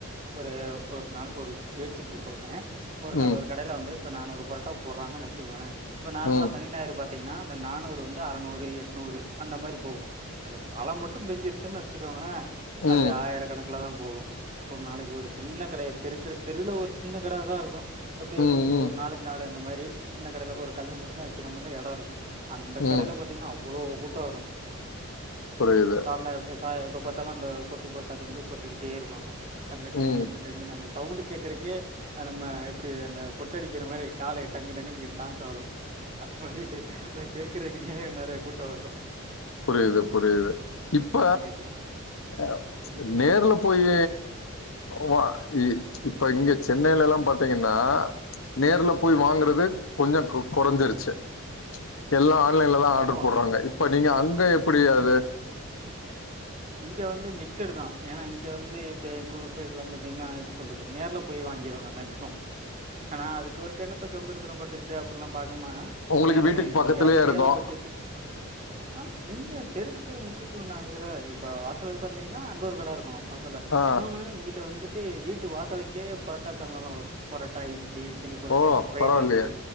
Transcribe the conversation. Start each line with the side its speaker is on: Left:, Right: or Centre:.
Right: ஒரு ஒரு நாள் ஒரு பேச்சுக்கு சொல்றே ஒரு
Left: ம்
Right: ஒரு கடயில வந்து இப்ப நானுரு பொரட்டா போடுறாங்கன்னு நனச்சிகோங்களே இப்ப நார்மலா
Left: ம்
Right: சனி ஞாயிறு பாத்தீங்கன்னா அந்த நானூறு வந்து அரநூறு எட்நூறு அந்த மாரி போகும் இல்ல மழை மட்டு பெஞ்சிருச்சுன்னு வெச்சிக்கோங்கள அது
Left: ம்
Right: ஆயிரக்கணக்கல தா போகோ ஒரு நாளைக்கு ஒரு சின்ன கடைய தெருகட தெருவுல ஒரு சின்ன கட தா இருக்கோ எப்டி
Left: ம்
Right: எப்டி சொல்ல
Left: ம்
Right: ஒரு நாளைக்கி நாடு அந்த மாரி சின்ன கடையில ஒரு கல்லு மட்டு தா வெக்கிற மாரி ஒரு எடோ இருக்கு அந்த கடயில
Left: ம்
Right: பாத்தீங்கன்னா அவ்ளோ அவ்ளோ கூட்டோ வரோ
Left: புரியுது
Right: ஃபுல்லா எப்ப சாய் எப்ப பாதாலு அந்த கொத்து பரோட்டாக்கு வந்து கொத்திக்கிட்டே இருப்பாங்க டங்கு டங்கு
Left: ம்
Right: டங்கு டங்குன்னு அந்த சவுண்டுக் கேக்கறக்கே நம்ம எப்புடி அந்த கொட்டடிக்கிற மாரி கால் டங்கு டங்கு டான்ஸ் ஆடு அந்த மாரி அத கேக்குறக்குன்னோ நறைய கூட்டோ வரு
Left: புரியுது புரியுது இப்ப
Right: இங்கிட்டு
Left: அ
Right: ம்
Left: நேர்ல போயி வா இ இப்ப இங்க சென்னையிலலா பாத்தீங்கன்னா நேர்ல போய்
Right: ம்
Left: வாங்கறது கொஞ்சோ கொ கொறைஞ்சிருச்சி எல்லா ஆன்லைன்ல தா ஆர்டர்
Right: ஓ
Left: போட்றாங்க
Right: ம்
Left: இப்ப நீங்க அங்க எப்டி அது
Right: ஆ இங்க வந்து மிச்சடு தா ஏனா இங்க வந்து இப்ப எங்க ஊர் சைட்லா பாத்தீங்கன்னா எப்டி சொல்றது நேர்ல போய் வாங்கிடுவாங்க மேக்சி ம் ஆனா அதுக்கு ஒருக்க என்னத்த சோம்பேறித்தனோ பட்டுக்கிட்டு அப்டில்லா பாக்குமா
Left: உங்களுக்கு
Right: நேர்ல
Left: வீட்டுக்கு
Right: போயி
Left: பக்கத்துலயே
Right: எங்கயாது முடியாத
Left: இருக்கும்
Right: பச்சத்துல அம் இங்க தெருக்கு தெரு முக்குக்கு நாலு கட இப்போ வாசலுக்கு வந்தீங்கன்னா அங்க ஒரு கட இருக்கு வாசல
Left: ஆ
Right: இன்னொன்னு இங்கிட்ட வந்துட்டு வீட்டு வாசலுக்கே பரோட்டா சால்னாலா வரு பரோட்டா இட்லிஸ் சில்லி பரோட்டா
Left: ஓ
Right: ஃப்ரைட்
Left: பரவாயில்லையே
Right: ரைஸ்சே